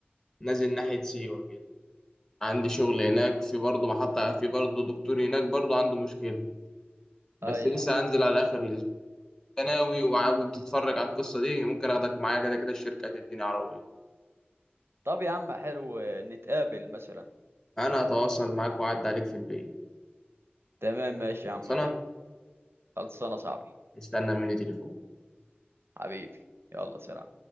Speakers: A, on the left (about 15°); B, on the right (about 85°).
A: نازل ناحية سيوة كده عندي شغل هناك في برضه محطة في برضه دكتور هناك برضه عنده مشكلة بس
B: ايوه
A: لسه هنزل على آخر الأسبوع ثانوي وعاوز تتفرج على القصة دي ممكن اخدك معايا كده كده الشركة هتديني عربية
B: طب يا عم حلو نتقابل مثلا
A: انا هتواصل معاك واعد عليك في البيت
B: تمام ماشي يا
A: خلصانة
B: عم خلصانه صاحبي
A: استنى مني تليفون
B: حبيبي يلا سلام